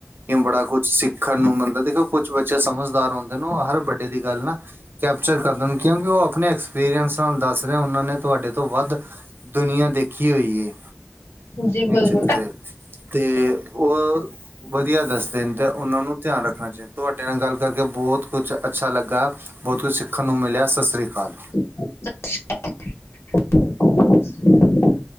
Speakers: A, on the right (about 55°); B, on the left (about 70°).
A: ਕਿ ਬੜਾ ਕੁਛ ਸਿੱਖਣ ਨੂੰ ਮਿਲਦਾ, ਦੇਖੋ ਕੁਛ ਬੱਚੇ ਸਮਝਦਾਰ ਹੁੰਦੇ ਨੇ, ਉਹ ਹਰ ਵੱਡੇ ਦੀ ਗੱਲ ਨਾ ਕੈਪਚਰ ਕਰ ਦੇਣ, ਕਿਉਕਿ ਉਹ ਆਪਣੇ ਐਕਸਪੀਰੀਅੰਸ ਨਾਲ ਦੱਸ ਰਹੇ ਆ, ਉਹਨਾਂ ਨੇ ਤੁਹਾਡੇ ਤੋਂ ਵੱਧ ਦੁਨੀਆਂ ਦੇਖੀ ਹੋਈ ਏ,
B: ਜੀ ਬਿਲਕੁਲ
A: ਇਹ ਚੱਕਰ ਏ। ਤੇ ਉਹ ਵਧੀਆ ਦੱਸਦੇ ਨੇ, ਤੇ ਉਹਨਾ ਨੂੰ ਧਿਆਨ ਰੱਖਣਾ ਚਾਹੀਦਾ, ਤੁਹਾਡੇ ਨਾਲ ਗੱਲ ਕਰਕੇ ਬੋਤ ਕੁਛ ਅੱਛਾ ਲੱਗਾ ਬਹੁਤ ਕੁਛ ਸਿਖਣ ਨੂੰ ਮਿਲਿਆ ਸਤਿ ਸ੍ਰੀ ਅਕਾਲ।
B: <unintelligible>